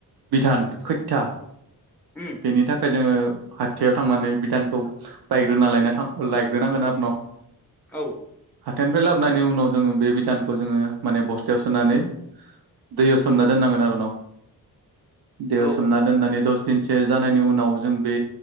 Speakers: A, on the right (about 80°); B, in the centre.
A: बिधान खैथथा।
B: उम
A: बेनि थाखाय जोङो हाथायाव थांनानै बिधानखौ बायग्रोना लायना थां लायग्रोनांगोन आरो ना
B: औ
A: हाथायनिफ्राय लाबनायनि उनाव जोङो बे बिधानखौ जोङो माने बस्थायाव सोनानै दैयाव सोमना दोननांगोन आरो न' दैयाव
B: औ
A: सोमना दोननानै दस दिनसो जानायनि उनाव जों बे